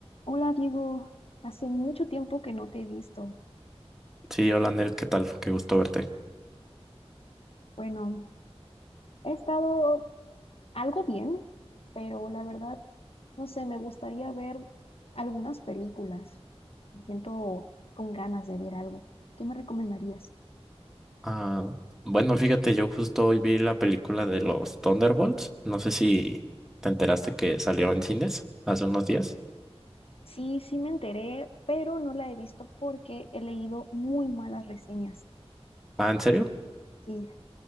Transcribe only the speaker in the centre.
Sí, hola Nel, ¿qué tal? Qué gusto verte.
Ah, bueno, fíjate, yo justo hoy vi la película de los Thunderbolts. No sé si te enteraste que salió en cines hace unos días.
Ah, ¿en serio?